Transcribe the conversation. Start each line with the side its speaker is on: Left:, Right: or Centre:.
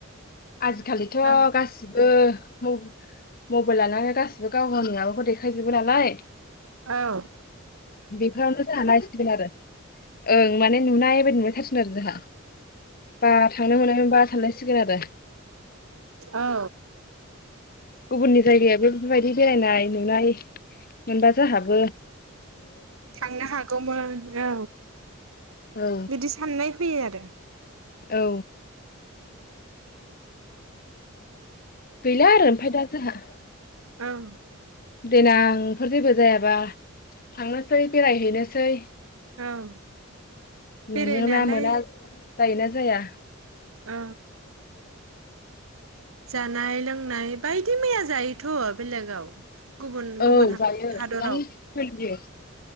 Left: आजिखालिथ'
Right: औ
Left: गासिब बो म-मबाइल लानानै गासिबो गाव गावनि माबाखौ देखायजोबो नालाय
Right: औ‌
Left: बेफोरावनो जाहा नायसिगोन आरो ओं माने नुनायबायदि नुलायथारसि गोन आरो जोहा। बा थांनो मोनाय मोबा सानलायसिगोन आरो
Right: औ
Left: गुबुननि जायगाया बे फोरबायदि बेरायनाय नुनाय मोनबा जोहाबो
Right: थांनो हागौमोन औ
Left: औ
Right: बिदि साननाय फैयो आरो
Left: औ गैला आरो ओमफाय दा जोहा
Right: ओम
Left: देनांफोर जेबो जायाबा थांनोसै बेरायहैनोसै।
Right: औ।
Left: मानो
Right: बेरायनायालाय
Left: ना मोना जायोना जाया
Right: औ जानाय लोंनाय बायदि मैया जायोथ' बेलेगाव गुबुन
Left: औ
Right: गुबुन हा-हादराव
Left: जायो गोबां सोलियो